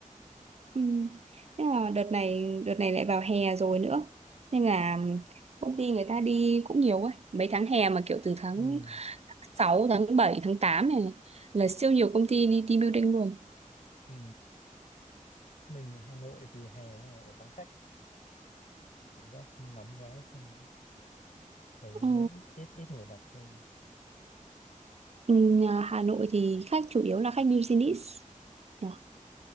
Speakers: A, on the right; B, on the left.
A: Ừ. Thế là đợt này đợt này lại vào hè rồi nữa nên là công ty người ta đi cũng nhiều ấy mấy tháng hè mà kiểu từ tháng
B: ừ,
A: sáu tháng bảy tháng tám này này, là siêu nhiều công ty đi team building luôn
B: ừ. mình ở Hà Nội thì hè này ở vắng khách cảm giác nóng quá hay sao thấy
A: Ờ,
B: ít ít ít người đặt thôi
A: ừ, nhà Hà Nội thì khách chủ yếu là khách business nhỉ?